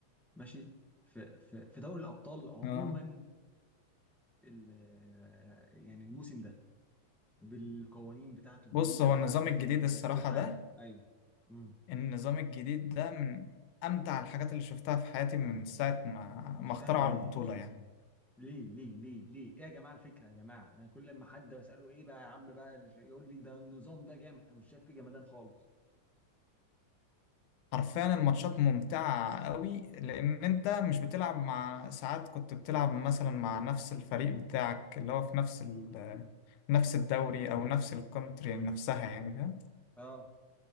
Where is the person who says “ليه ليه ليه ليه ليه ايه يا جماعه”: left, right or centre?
Centre